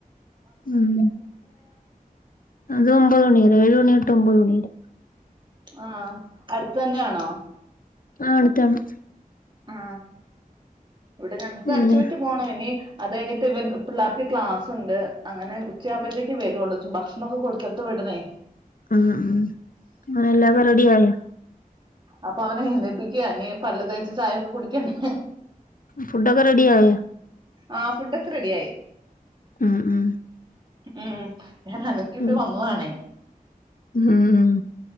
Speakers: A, on the left; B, on the right.
A: ഉം അത് ഒമ്പത് മണി വരെ ഏഴു മണി ട്ടേ ഒമ്പത് മണിവരെ
B: ആ അടുത്ത തന്നെയാണോ
A: ആ അടുത്താണ്
B: ആ ഇവിടെ ഞങ്ങൾക്ക്
A: പിന്നെ
B: അഞ്ച് മിനിറ്റ് പോകണം ഇനി അത് കഴിഞ്ഞിട്ട് ഇവ പിള്ളേർക്ക് ക്ലാസ് ഉണ്ട് അങ്ങനെ ഉച്ചയാകുമ്പോഴത്തേക്ക് വരുള്ളൂ ഭക്ഷണം ഒക്കെ കൊടുത്തിട്ട് വിടണേ
A: ഉം ഉം അങ്ങനെ എല്ലാവരും റെഡിയായ
B: അപ്പൊ അവനെ എഴുന്നേപ്പിക്കുയാ ഇനി പല്ല തേച്ച് ചായൊക്കെ കുടിക്കണ്ടേ
A: ഫുഡൊക്കെ റെഡിയായ
B: ആ ഫുഡ ഒക്കെ റെഡിയായി
A: ഉം ഉം
B: ഉം ഞാൻ അലക്കിയൊക്കെ
A: ഉം
B: വന്നതാണേ
A: ഉം